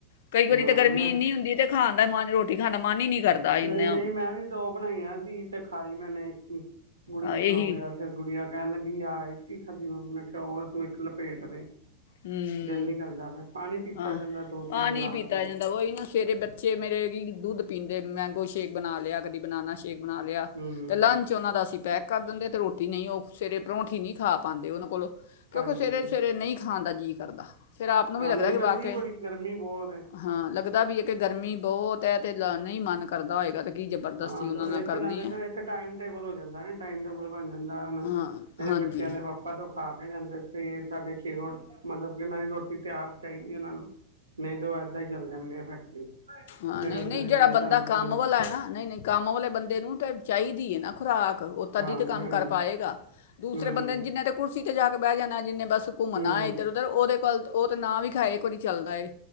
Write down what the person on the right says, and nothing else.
ਹਾਂ
ਮੈਂ
ਨਹੀਂ
ਨਹੀਂ ਮੈਂ ਵੀ ਦੋ ਬਣਾਈਆਂ। ਧੀ ਤੇ ਖਾਈ ਮੈਨੇ ਇੱਕ ਹੀ। ਗੁੜੀ
ਉਹ
ਮੇਰਾ ਫਿਰ ਕਹਿਣ ਲੱਗੀ ਆ ਇੱਕ ਹੀ ਖਾਧੀ ਮੰਮੀ ਨੇਖਿਆ ਹੋਰ ਤੂੰ ਇੱਕ ਲਪੇਟ ਦੇ
ਦਿਲ ਨਹੀਂ ਕਰਦਾ ਪਿਆ ਪਾਣੀ ਪੀਤਾ
ਜਾਂਦਾ ਦੋ
ਤਿੰਨ ਗਲਾਸ
ਹੀ
ਹੂੰ
ਹਾਂਜੀ
ਹਾਂਜੀ
ਹਾਂ
ਨਹੀਂ
ਗਰਮੀ
ਬੜੀ ਗਰਮੀ ਬਹੁਤ ਹੈ
ਹਾਂ
ਤੇ,
ਇੱਕ
ਨਾਲੇ
ਫੇਰ ਇੱਕ ਟਾਈਮ ਟੇਬਲ ਹੋ ਜਾਂਦਾ ਨਾ, ਟਾਈਮ ਟੇਬਲ ਬਣ ਜਾਂਦਾ।
ਮੇਰੇ
ਬੱਚਿਆਂ ਦੇ ਪਾਪਾ ਤੋਂ ਖਾ ਕੇ। ਜਾਂਦੇ ਸੀ ਸਾਡੇ ਸ਼ੇਗੋਟ ਮਤਲਬ ਕਿ ਨਦੀ। ਰੋਟੀ ਤਿਆਰ ਚਾਹੀਦੀ ਉਹਨਾਂ ਨੂੰ। ਨਹੀਂ ਤੇ ਉਹ ਏਦਾਂ ਹੀ ਚੱਲ ਜਾਣਗੇ ਫੈਕਟਰੀ
ਤੇਰਾਂ
ਸੌ
ਸੀ
ਸਾਨੂੰ
ਨੰਬਰ
ਹਾਂਜੀ
ਹਾਂਜੀ
ਹੂੰ
ਹੂੰ